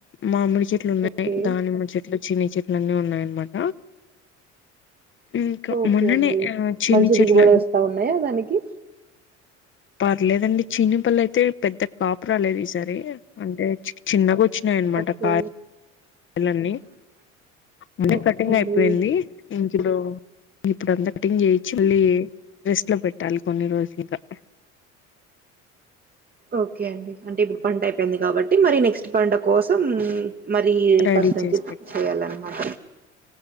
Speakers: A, on the left (about 35°); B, on the right (about 25°).
A: మామిడి చెట్లు ఉన్నాయి
B: ఓకే
A: దానిమ్మ చెట్లు చిన్ని చెట్లు అన్నీ ఉన్నాయ అన్మాట ఇంకా
B: ఓకే
A: మొన్ననే
B: అండి
A: ఆ చిన్ని
B: మంచి
A: చెట్ల
B: దిగుబడి వస్తా ఉన్నాయా దానికి
A: పర్లేదండి చినిపల్ల అయితే పెద్ద కాపురాలేదు ఈసారి అంటే చిన్నగా వచ్చినయనమాట
B: ఓకే
A: కా పలన్నీ మన్న
B: ఓకే
A: కటింగ్
B: అండి
A: అయిపోయింది ఇట్లో ఇప్పుడు అన్దటింగ్ ఏచువల్లి <inaudible> రెస్ట్ లో పెట్టాలి కొన్ని రోజులుగా
B: ఓకే అండి అంటే ఇప్పుడు పంట అయిపోయింది కాబట్టి మరి నెక్స్ట్ పంట కోసం మరి
A: రెడీ
B: ఫస్ట్ నుంచి
A: చేసి పెట్టారు
B: చేయాలన్నమాట